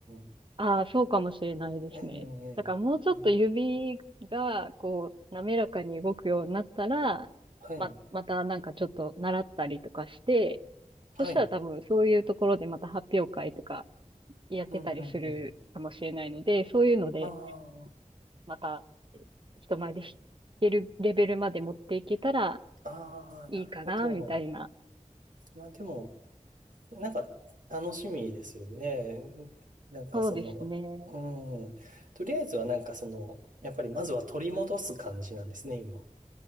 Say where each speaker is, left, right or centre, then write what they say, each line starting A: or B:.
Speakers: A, on the right; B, on the right.
A: ん。
B: ああ、そうかもしれないですね。
A: ええ、ええあ
B: だからもうちょっと指がこう、滑らかに動くようになったら、
A: はい。
B: ま、またなんかちょっと習ったりとかして、
A: はい。
B: そしたら多分そういうところでまた発表会とかやってたりするかもしれないので、
A: うん、うん、うん。
B: そういうので、
A: あ
B: また人前で弾けるレベルまで持っていけたら
A: あ、ああ、
B: いいかな、
A: なるほど。
B: みたいな。
A: まあでも、なんか、楽しみですよね。なんかその、
B: そうですね。
A: うん。とりあえずはなんかその、やっぱりまずは取り戻す感じなんですね、今。